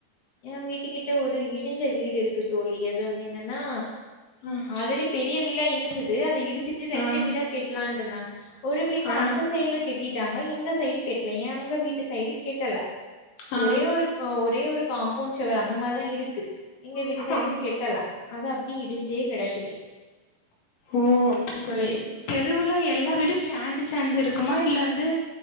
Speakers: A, on the left (about 65°); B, on the left (about 85°).
A: எ வீட்டுக்கிட்ட ஒரு இடிஞ்ச வீடு இருக்கு தோழி அது வந்து என்னன்னா
B: அ
A: ஆல்ரெடி பெரிய வீடா இருந்தது அத இடிச்சிட்டு ரெண்டு
B: ஆ
A: வீடா கெட்டலான் இருந்தாங்க ஒரு வீட்ல
B: ஆ
A: அந்த சைட்ல கெட்டிட்டாங்க இந்த சைடு கெட்டல எங்க வீட்டு சைடு கெட்டல
B: ஆ
A: ஒரே ஒரு ஒரே ஒரு காம்பவுண்ட் ஷவர் அந்த மாரிதா இருக்கு எங்க வீட்டு சைடுன்னு
B: ஆ
A: கெட்டல அது அப்டி இடிஞ்சே கெடக்குது
B: ஓ அப்டி <unintelligible> தெருவுல எல்லா வீடு சேந்து சேந்து இருக்குமா இல்ல வந்து